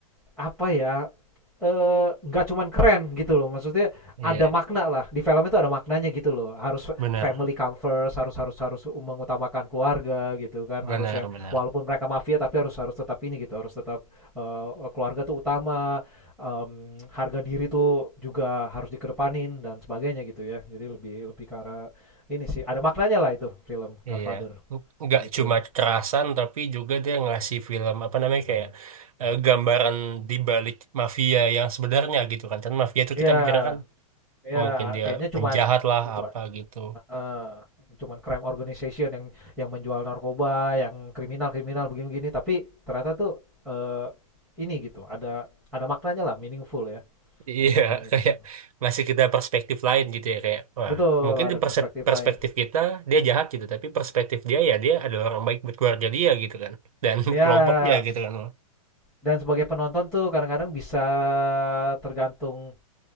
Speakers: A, in the centre; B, on the right.
A: apa ya eh, nggak uh, cuman keren gitu loh maksudnya
B: Iya,
A: ada makna lah di film itu ada maknanya gitu loh harus
B: benar,
A: family come first harus harus harus mengutamakan keluarga gitu kan
B: benar,
A: harus yang
B: benar.
A: walaupun mereka mafia tapi harus harus tetap ini gitu harus tetap eh, keluarga tuh utama em, harga diri tuh juga harus dikedepanin dan sebagainya gitu ya jadi lebih lebih ke arah ini sih ada maknanya lah itu film Godfather
B: Iya, nggak
A: gitu
B: cuma kekerasan tapi juga dia ngasih film apa namanya kayak eh, gambaran di balik mafia yang sebenarnya gitu kan. Kan mafia itu
A: ya
B: kita bicara kan
A: ya
B: mungkin dia
A: kayaknya cuman
B: penjahat lah
A: gitu
B: apa gitu.
A: Heeh, cuman crime organization yang yang menjual narkoba, yang kriminal-kriminal begini-begini, tapi ternyata tuh eh ini gitu, ada ada maknanya lah, meaningful ya,
B: Iya,
A: ada maknanya
B: <laughs>
A: gitu.
B: kayak ngasih kita perspektif lain gitu ya kayak wah,
A: Betul,
B: mungkin
A: ada
B: di perse-
A: perspektif
B: perspektif
A: lain.
B: kita dia jahat gitu, tapi perspektif dia ya dia adalah orang baik buat keluarga dia gitu kan dan <laughs>
A: Ya,
B: kelompoknya gitu kan.
A: dan sebagai penonton tuh kadang-kadang bisa tergantung